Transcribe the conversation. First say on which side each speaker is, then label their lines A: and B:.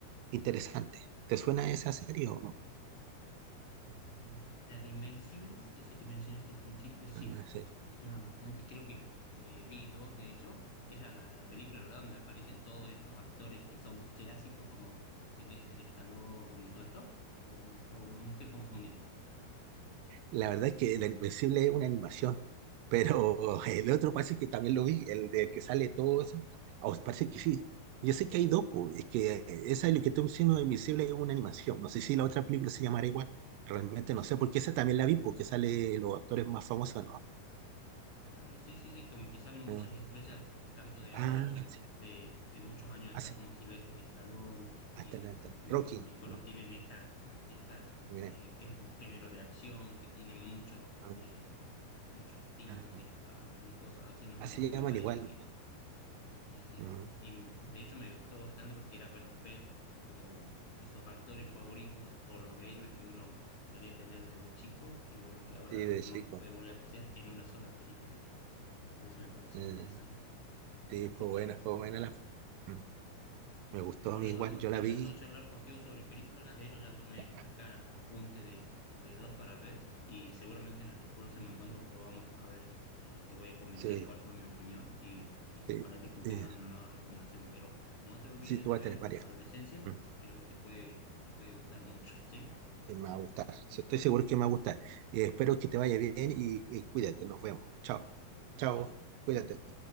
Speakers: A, on the right; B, on the left.
A: interesantes. ¿Te suena esa serie o no?
B: Mm, la de Invencibles, esa que mencionaste al principio, sí,
A: Ah, sí.
B: me, me suena bastante y creo que eh, vi dos, de hecho, es la, la película, ¿verdad?, donde aparecen todos estos actores que son clásicos como Sylvester Stallone y todo esto, o o me estoy confundiendo?
A: La verdad es que el Invencible es una animación, pero <laughs> el otro parece que también lo vi, el de que sale todo eso. Ah, os parece que sí. Yo sé que hay dos, pues, es que eh, esa es lo que estoy diciendo, Invencible es una animación. No sé si la otra película se llamará igual. Realmente no sé, porque esa también la vi, porque sale los actores más famosos, ¿no?
B: Claro, sí, sí, sí, como que salen muchas
A: Eh,
B: estrellas, tanto de
A: ah,
B: ahora como
A: sí.
B: de, de muchos años atrás,
A: Ah, sí.
B: como Sylvester Stallone,
A: Hasta
B: y,
A: la, hasta la-
B: y me
A: Rocky,
B: acuerdo
A: no.
B: que tienen esta, esta
A: mira.
B: eh, es un género de acción que tiene mucho,
A: Ah,
B: eh, muchos tiros,
A: ah,
B: disparos y cosas así, ¿no?
A: ah,
B: Entonces
A: se llaman
B: me parece
A: igual.
B: que,
A: pues.
B: Sí, sí,
A: Mm.
B: y de hecho me gustó bastante porque era, bueno, ver como esos actores favoritos o los héroes que uno solía tener desde chico y bueno, que ahora
A: Sí, de
B: uno
A: chico.
B: los puede volver a apreciar en una sola película. Así que por eso me pareció
A: Mm.
B: interesante.
A: Sí,
B: Así
A: fue
B: que
A: buena, fue buena la película. mm. Me gustó
B: bueno,
A: a mí igual,
B: Eduardo,
A: yo
B: me
A: la
B: encantó
A: vi.
B: charlar contigo sobre películas. De hecho, ya tomé
A: Ya.
B: acá apunte de, de dos para ver y seguramente en nuestro próximo encuentro lo podamos a ver. eh, te voy a comentar
A: Sí,
B: cuál fue mi opinión y, y
A: sí,
B: ojalá que tú tengas
A: eh,
B: una nueva recomendación. Pero no te olvides
A: sí, tú
B: de
A: vas
B: ver
A: a tener varias.
B: Adolescencia,
A: Mm,
B: creo que te puede, te puede gustar mucho, ¿sí?
A: Sí, me va a gustar. Sí, Estoy seguro que me va a gustar. Eh, espero que te vaya bien y, y cuídate. Nos vemos. Chao. Chao.
B: Gracias, Eduardo.
A: Cuídate.